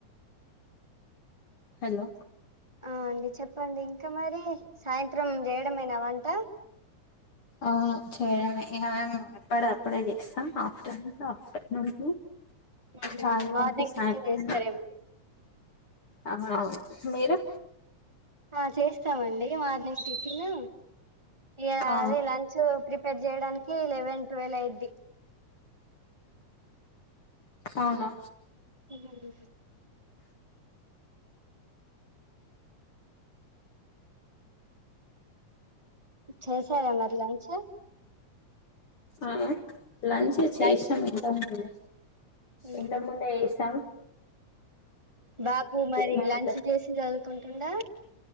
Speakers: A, on the left; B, on the right.
A: హలో
B: ఆ అండి చెప్పండి ఇంకా ఇంకా మరి సాయంత్రం చేయడమేనావంట
A: అవును చేయడమే ఇక మేము ఎప్పడిది అప్పుడే చేస్తాం ఆఫ్టర్నూన్ ఆఫ్టర్నూన్
B: ఉహు
A: సాయంత్రంకి
B: మార్నింగ్
A: సాయంత్రం
B: టిఫిన్ చేస్తారేమో
A: అవునవును మీరు
B: ఆ చేస్తామండి మార్నింగ్ టిఫిను ఇగ
A: ఆ
B: అది లంచ్ ప్రిపేర్ చేయడానికి లెవెన్ ట్వెల్వ్ అయిద్ది
A: అవునా
B: నిన్నటి చూపిస్ చేసారా మరి లంచ్
A: ఆ లంచ్ చేసాం
B: లంచ్
A: ఇంత ముందే
B: ఉహు
A: ఇంతకు ముందే యేసాం
B: బాబు మరి
A: మేము
B: లంచ్
A: ఇట్లా
B: చేసి చదువు కుంటండ